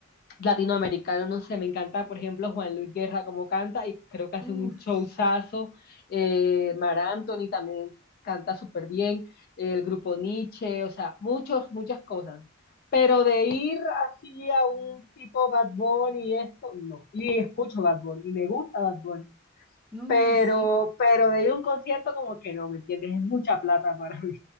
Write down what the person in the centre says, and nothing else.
Uf,
uy,
sí.